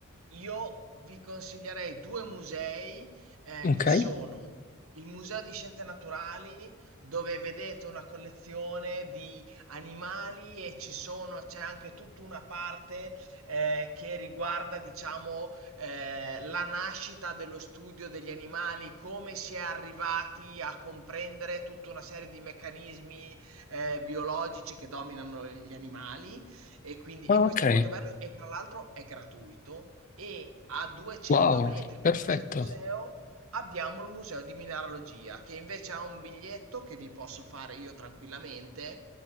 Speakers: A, on the right; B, on the left.
A: io vi consiglierei due musei eh,
B: Ok?
A: che sono il Museo di Scienze Naturali, dove vedete una collezione di animali e ci sono, c'è anche tutta una parte eh, che riguarda, diciamo, eh, la nascita dello studio degli animali, come si è arrivati a comprendere tutta una serie di meccanismi eh, biologici che dominano gli animali. E quindi
B: Ah,
A: e questo
B: ok,
A: è molto bello e tra l'altro è gratuito e a 200
B: wow,
A: metri
B: perfetto.
A: da questo museo abbiamo il museo di mineralogia che invece ha un biglietto che vi posso fare io tranquillamente